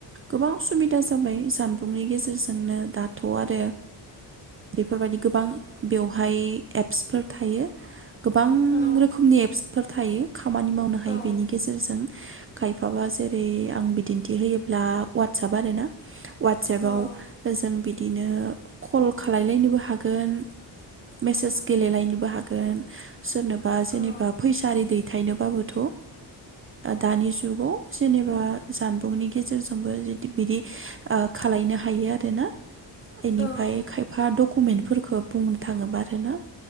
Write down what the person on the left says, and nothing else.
औ
औ
औ
औ
औ